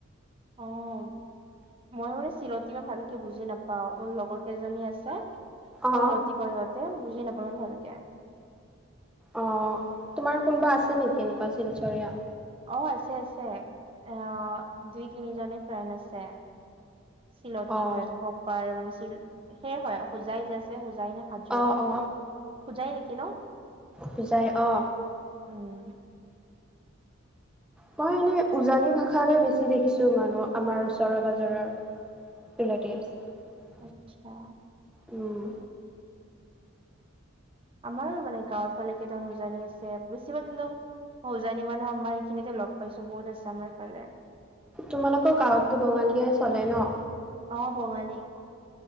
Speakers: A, on the right; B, in the centre.
A: অ'। মই মানে চিলতি ইমান ভালকে বুজি নাপাওঁ, মোৰ লগৰ কেইজনী আছে। চিলতি
B: অ
A: কয় ইহঁতে বুজি নাপাওঁ ভালকে
B: অ', তোমাৰ কোনোবা আছে নেকি এনেকুৱা শিলচৰিয়া?
A: অ', আছে, আছে। আ, দুই, তিনিজনী ফ্ৰেণ্ড আছে। চিলতি
B: অ
A: হয়টো প্ৰপাৰ মানে চিল, সেয় হয়, হোজাই যে, আছে হোজাই না হাজো,
B: অ অ
A: হোজাই নেকি ন?
B: হোজাই অ'।
A: উম।
B: মই এনেই উজানি ভাষাতে বেছি দেখিছোঁ মানুহ আমাৰ ওচৰৰ পাজৰৰ <unintelligible>
A: আতচ্ছা।
B: উম।
A: আমাৰো মানে গাঁৱৰ ফালে কেইটামান উজানি আছে, বেছিভাগ কিন্তু অ', উজানি মানুহ আমাৰ এইখিনিতে লগ পাইছোঁ বহুত আছে আমাৰ ইফালে
B: তোমালোকৰ গাঁৱতো বঙালীয়ে চলে ন?
A: অ', বঙালী।